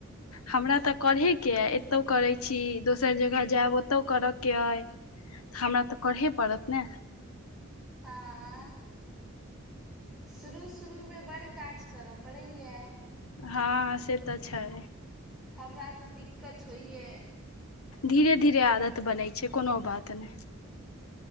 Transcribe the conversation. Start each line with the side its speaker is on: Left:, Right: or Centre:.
Left: हमरा तऽ करहेके ह एत ओतौ करै छी दोसर जगह जायब ओतौ करय के अइ तऽ हमरा तऽ करहे पड़त ने
Centre: हँ शुरू शुरूमे बड्ड काज करय पड़ैए यो
Left: हँ से तऽ छै
Centre: हमरा तऽ दिक्कत होइय
Left: धीरे धीरे आदत बनै छै कोनो बात नहि